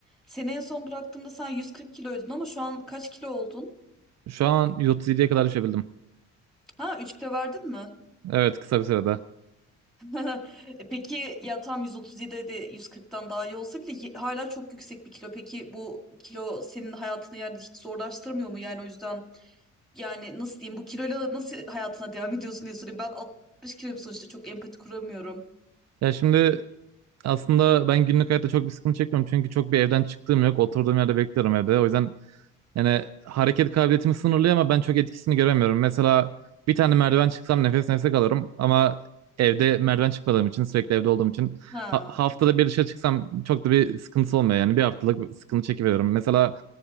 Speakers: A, in the centre; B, on the right.
A: Seni en son bıraktığımda sen 140 kiloydun ama şu an kaç kilo oldun?
B: Şu an 137'ye kadar düşebildim.
A: Ha 3 kilo verdin mi?
B: Evet kısa bir sürede.
A: <laughs> E Peki ya tam 137 de 140'tan daha iyi olsa bile ye- hala çok yüksek bir kilo. Peki bu kilo senin hayatını yani hiç zorlaştırmıyor mu? Yani o yüzden yani nasıl diyeyim bu kiloyla nasıl hayatına devam ediyorsun diye sorayım. Ben 60 kiloyum sonuçta çok empati kuramıyorum.
B: Ya şimdi aslında ben günlük hayatta çok bir sıkıntı çekmiyorum. Çünkü çok bir evden çıktığım yok. Oturduğum yerde bekliyorum evde. O yüzden yani hareket kabiliyetimi sınırlıyor ama ben çok etkisini göremiyorum. Mesela bir tane merdiven çıksam nefes nefese kalırım. Ama evde merdiven çıkmadığım için sürekli evde olduğum için
A: Ha.
B: ha- haftada bir dışarı çıksam çok da bir sıkıntısı olmuyor. Yani bir haftalık bir sıkıntı çekiveriyorum. Mesela